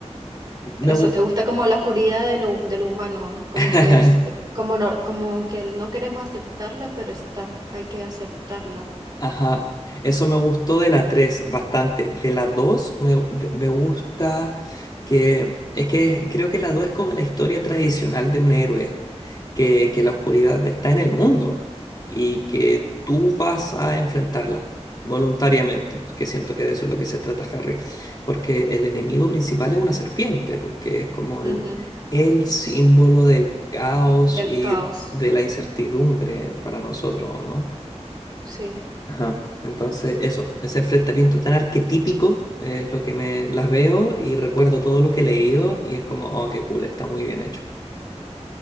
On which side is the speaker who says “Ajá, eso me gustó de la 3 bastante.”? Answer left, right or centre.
Left